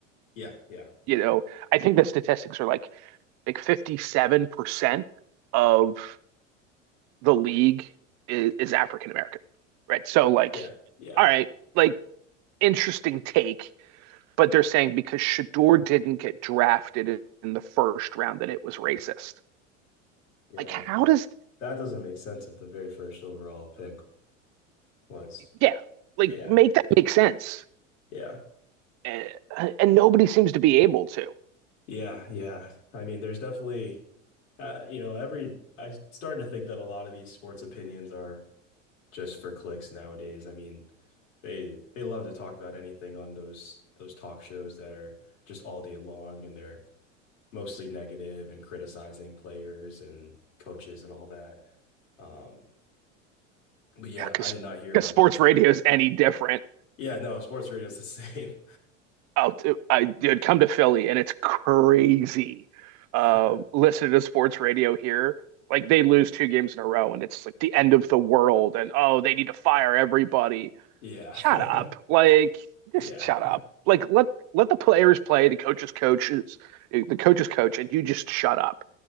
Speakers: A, on the left (about 80°); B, on the right (about 45°).
A: yeah, yeah,
B: you know, I think the statistics are like like 57% of the league is, is African American, right? So like,
A: yeah, yeah,
B: all right, like interesting take, but they're saying because Shador didn't get drafted in the first round that it was racist.
A: yeah.
B: Like,
A: Well,
B: how
A: that
B: does
A: that doesn't make sense if the very first overall pick was.
B: yeah, like
A: Yeah,
B: make that make sense?
A: yeah,
B: And, and nobody seems to be able to,
A: yeah, yeah. I mean, there's definitely, uh, you know, every I started to think that a lot of these sports opinions are just for clicks nowadays. I mean, they they love to talk about anything on those those talk shows that are just all day long and they're mostly negative and criticizing players and coaches and all that. Um, but yeah,
B: because
A: I did
B: yeah,
A: not hear
B: because
A: about
B: sports
A: that take.
B: radio is any different.
A: Yeah, no, sports radio is the same.
B: Oh, I did come to Philly and it's crazy.
A: <laughs>
B: Um, listening to sports radio here, like they lose two games in a row and it's like the end of the world and oh, they need to fire everybody.
A: Yeah.
B: Shut
A: <laughs>
B: up. Like
A: Yeah.
B: just shut up. Like let let the players play, the coaches coaches the coaches coach and you just shut up.